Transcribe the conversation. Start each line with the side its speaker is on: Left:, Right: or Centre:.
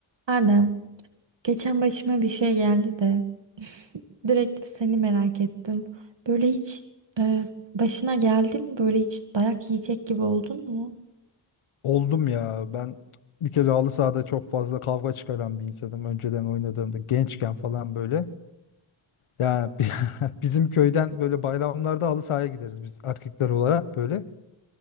Right: Adem, geçen başıma bir şey geldi de <laughs> direkt seni merak ettim. Böyle hiç e, başına geldi mi? Böyle hiç dayak yiyecek gibi oldun mu?
Left: Oldum ya. Ben bir kere halı sahada çok fazla kavga çıkaran bir insanım. Önceden oynadığımda gençken falan böyle. Ya <laughs> bi- bizim köyden böyle bayramlarda halı sahaya gideriz biz erkekler olarak böyle.